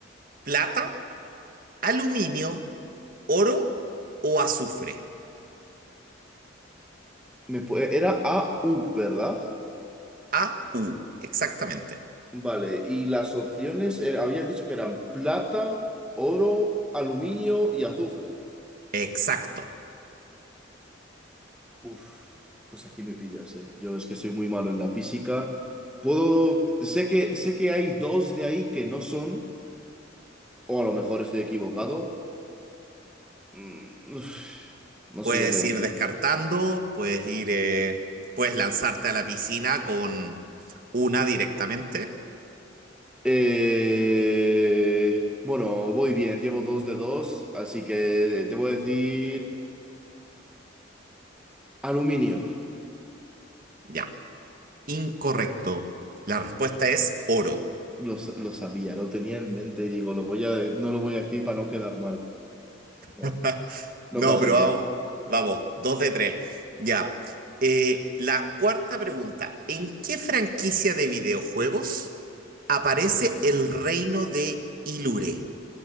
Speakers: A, on the right; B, in the centre.
A: plata, aluminio, oro o azufre.
B: Me pu- eh, era AU, ¿verdad?
A: a u exactamente.
B: Vale, y las opciones, eh, habías dicho que eran plata, oro, aluminio y azufre.
A: Exacto.
B: Uf, pues aquí me pillas, eh. Yo es que soy muy malo en la física. Puedo, sé que, sé que hay dos de ahí que no son, o a lo mejor estoy equivocado. Mm, uf, no
A: Puedes
B: sabría qué decirte.
A: ir descartando, puedes ir, eh, puedes lanzarte a la piscina con una directamente.
B: Eh, bueno, voy bien, llevo dos de dos, así que te voy a decir aluminio.
A: Ya, incorrecto. La respuesta es oro.
B: Lo, sa- lo sabía, lo tenía en mente y digo, lo voy a, de- no lo voy a decir para no quedar mal. Bueno,
A: <laughs>
B: no
A: No,
B: pasa
A: pero
B: nada.
A: vamos, vamos, dos de tres. Ya. Eh, la cuarta pregunta. ¿En qué franquicia de videojuegos aparece el reino de Ilure?